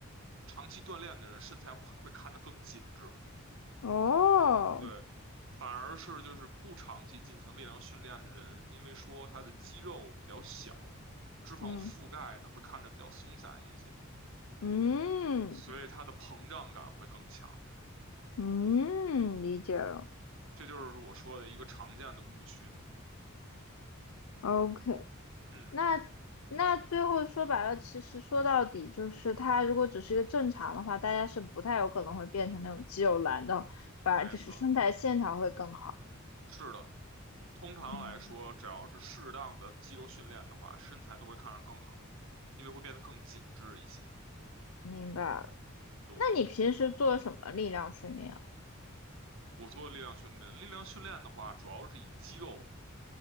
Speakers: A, on the right; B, on the left.
A: 长期锻炼的人身材会会看着更紧致，
B: 哦，
A: 对，反而是就是不长期进行力量训练的人，因为说他的肌肉比较小，脂肪覆盖呢会看着比较松散一些，
B: 嗯嗯
A: 所以它的膨胀感会更强，
B: 嗯，理解了。
A: 这就是我说的一个常见的误区。
B: OK，
A: 嗯，
B: 那那最后说白了，其实说到底就是，它如果只是一个正常的话，大家是不太有可能会变成那种肌肉男的，反而就是身材线条会更好。
A: 没错，是的。通常来说，
B: 嗯，
A: 只要是适当的肌肉训练的话，身材都会看上更好，因为会变得更紧致一些。
B: 明白了。
A: 的维德，
B: 那你平时做什么力量训练啊？
A: 我做力量训练，力量训练的话，主要是以肌肉